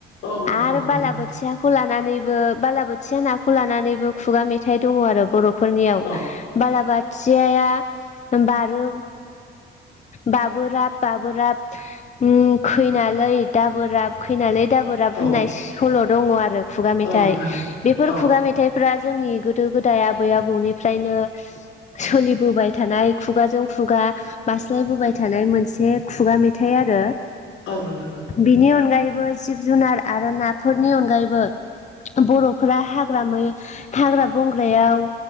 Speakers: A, on the left (about 80°); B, on the left (about 35°).
A: औ
B: -आरो
A: औ नोंथां
B: बालाबोथिया खौ लानानैबो बालाबोथिया नाखौ लानानैबो खुगा मेथाइ दङ आरो बर' फोरनियाव
A: औ
B: बालाबाथियाया बारो बाबोराब बाबोराब उम खैनालै दा बोराब खैनालै दा बोर राब होननाय
A: औ
B: सल' दङ आरो खुगा मेथाइ
A: नोंथां
B: बेफोर
A: औ
B: खुगा मेथाइ फोरा जोंनि गोदो गोदाय आबै आबौनिफ्रायनो सोलिबोबाय थानाय खुगाजों खुगा बास्लायबोबाय थानाय मोनसे खुगा मेथाइ आरो।
A: औ नोंथां।
B: बिनि अनगायैबो जिब जुनार आरो नाफोरनि अनगायैबो बर'फोरा हाग्रा मै हाग्रा बंग्रायाव